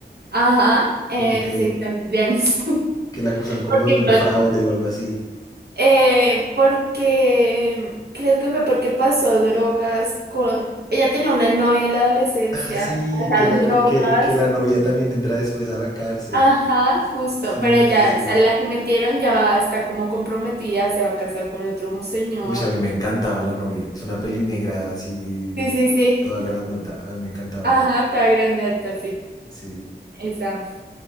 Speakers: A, on the right; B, on the left.
A: Ajá, eh,
B: Como que,
A: sí, también. <laughs>
B: que la acusan como
A: Porque
B: de un fraude o algo así.
A: Eh, porque creo que fue porque pasó drogas con... Ella tenía una novia en la adolescencia,
B: Ah, sí,
A: pasaron
B: que la,
A: drogas.
B: que, que la novia también entra después a la cárcel.
A: Ajá, justo,
B: Sí,
A: pero ella,
B: sí, sí.
A: o sea, la que metieron ya está como comprometida, se va a casar con otro señor.
B: Uy, a mí me encantaba la novia. Es una peli negra así,
A: Sí, sí, sí.
B: toda grandota. A mí me encantaba
A: Ajá,
B: ella.
A: está grande, alta, sí.
B: Sí.
A: Esa,